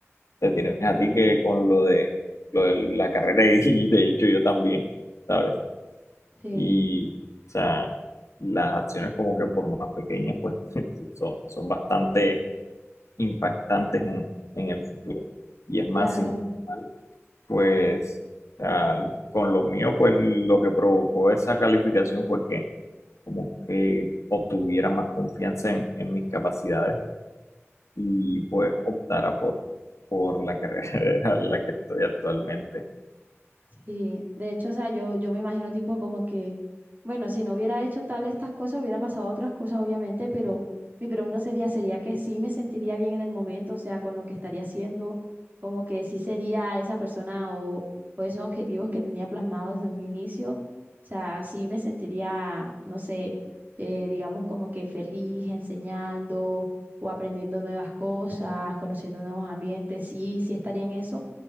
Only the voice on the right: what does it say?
Sí,
claro.
Sí, de hecho, o sea, yo, yo me imagino tipo como que, bueno, si no hubiera hecho tal estas cosas, hubiera pasado otras cosas, obviamente, pero mi pregunta sería, ¿sería que sí me sentiría bien en el momento, o sea, con lo que estaría haciendo, como que sí sería esa persona o, o esos objetivos que tenía plasmados desde un inicio? O sea, sí me sentiría, no sé, eh, digamos como que feliz enseñando o aprendiendo nuevas cosas, conociendo nuevos ambientes, sí, sí estaría en eso.